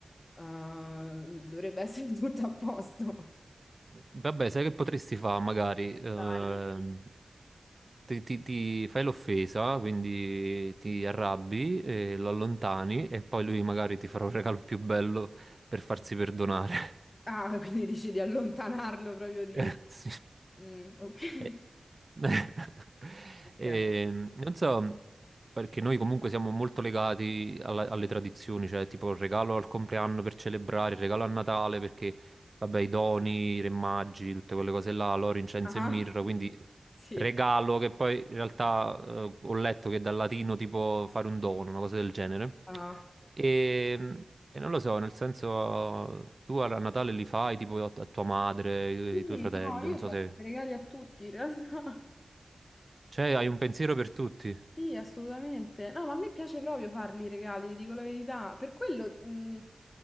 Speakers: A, on the left; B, on the right.
A: eh, dovrebbe essere <laughs> tutto a posto.
B: Vabbè, sai che potresti fare? Magari ehm,
A: Dai, dimmi.
B: ti, ti- ti fai l'offesa, quindi ti arrabbi, e lo allontani e poi lui magari ti farà un regalo più bello per farsi perdonare. <laughs>
A: Ah, quindi dici di allontanarlo proprio di...
B: <laughs> Sì.
A: Mm, ok.
B: Eh, <laughs>
A: Ok.
B: ehm, non so, perché noi comunque siamo molto legati alla- alle tradizioni, cioè tipo il regalo al compleanno per celebrare, il regalo a Natale perché, vabbè, i doni, i re magi, tutte quelle cose là, l'oro, incenso
A: Ah,
B: e mirra, quindi
A: sì.
B: regalo, che poi in realtà eh, ho letto che dal latino tipo fare un dono, una cosa del genere.
A: Ah.
B: E, e non lo so, nel senso, tu a a Natale li fai tipo a, a tua madre, ai,
A: Quindi,
B: ai tuoi fratelli,
A: no, io
B: non so
A: faccio
B: se...
A: i regali a tutti in realtà.
B: Cioè, hai un pensiero per tutti.
A: Sì, assolutamente. No, ma a me piace proprio farli i regali, ti dico la verità. Per quello mh,